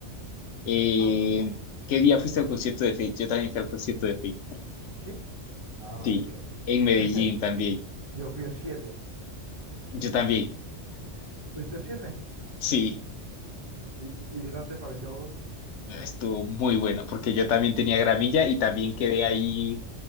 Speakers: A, on the left (about 75°); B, on the right (about 20°).
A: Eh, ¿qué día fuiste al concierto de Fate? Yo también fui al concierto de Fate.
B: ¿Sí? Ah, marica.
A: Sí, en
B: <laughs>
A: Medellín también.
B: Yo fui el siete
A: Yo también.
B: ¿Fuiste el siete
A: Sí,
B: ¿Y, y qué tal te pareció a vos?
A: estuvo muy bueno, porque yo también tenía gramilla y también quedé ahí,